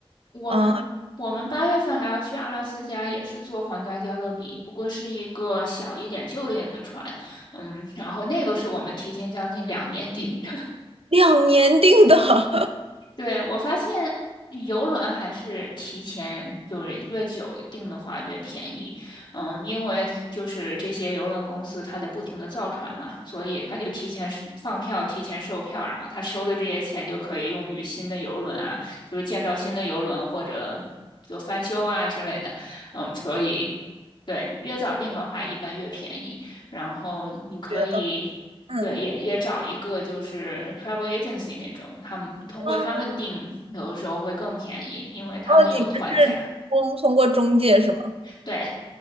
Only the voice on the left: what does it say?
我们，
我们八月份还要去阿拉斯加，也是坐皇家加勒比，不过是一个小一点、旧一点的船。嗯，然后那个是我们提前将近两年 <laughs> 订的。
对，我发现游轮还是提前就是越久订的话越便宜，嗯，因为就是这些游轮公司它得不停的造船嘛，所以它就提前收放票、提前售票，然后他收的这些钱就可以用于新的游轮啊，就是建造新的游轮或者就翻修啊之类的，嗯，所以对你越早订的话一般越便宜，然后你可以。
对，也也找一个就是 travel agency 那种，他们通过他们订，
有的时候会更便宜，因为他们有团价。
对，